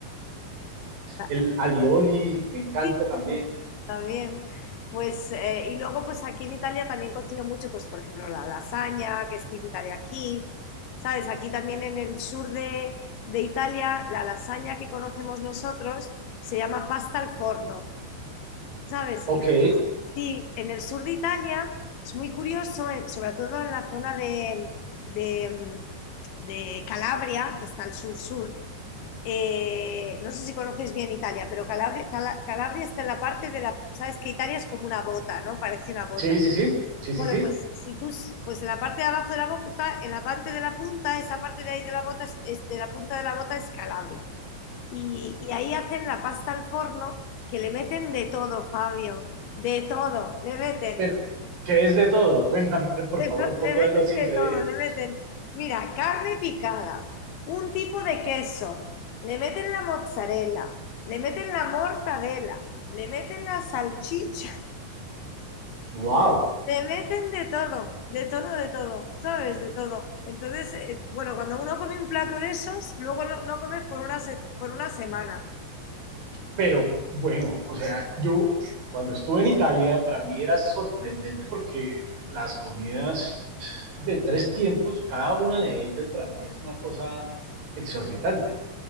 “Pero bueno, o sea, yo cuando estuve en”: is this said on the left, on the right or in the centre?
Right